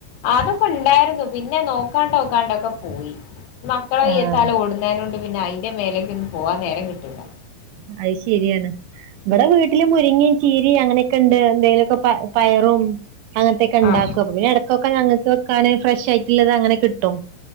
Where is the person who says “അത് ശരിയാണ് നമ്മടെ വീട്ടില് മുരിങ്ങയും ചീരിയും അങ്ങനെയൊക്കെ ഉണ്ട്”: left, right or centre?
Right